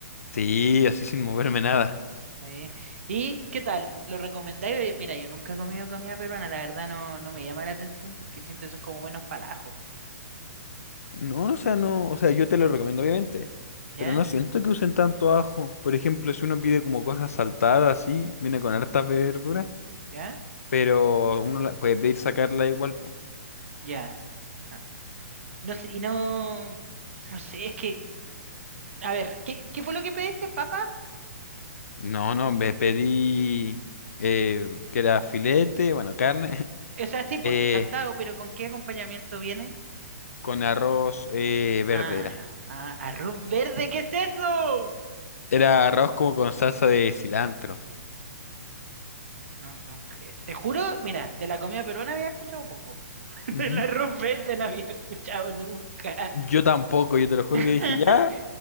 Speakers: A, on the left (about 60°); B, on the right (about 50°).
A: Sí, así sin moverme nada.
B: eh. ¿Y qué tal? ¿Lo recomendáis? Oye, Mira, yo nunca he comido comida peruana, la verdad no, no me llama la atención porque siento que son como buenos palajos.
A: No, o sea, no, o sea, yo te lo recomiendo obviamente,
B: ¿Ya?
A: pero no siento que usen tanto ajo. Por ejemplo, si uno pide como cosas saltadas así, viene con hartas verduras,
B: ¿Ya?
A: pero uno la- puede pedir sacarla igual, po.
B: Ya. Ah. No sé, y no, no sé, es que, a ver, ¿qué, qué fue lo que pediste, papas?
A: No, no, me pedí eh, que era filete, bueno, carne,
B: O sea,
A: <laughs>
B: sí, por
A: eh,
B: saltado, pero ¿con qué acompañamiento viene?
A: con arroz eh, verde
B: Ah,
A: era.
B: ah, arroz verde, ¿qué es eso?
A: Era arroz como con salsa de cilantro.
B: No, nunca- eh, te juro, mira, de la comida peruana había escuchado poco. <laughs>
A: Ujú.
B: Del arroz verde no había escuchado nunca.
A: Yo tampoco, yo te lo juro
B: <laughs>
A: que dije, ya